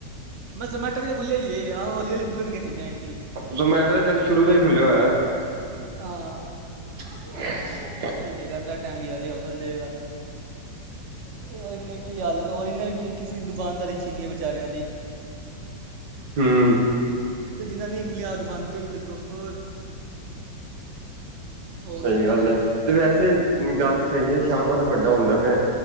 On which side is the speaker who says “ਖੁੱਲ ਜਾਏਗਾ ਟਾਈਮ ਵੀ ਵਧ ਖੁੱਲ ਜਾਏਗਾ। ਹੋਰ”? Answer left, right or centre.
Right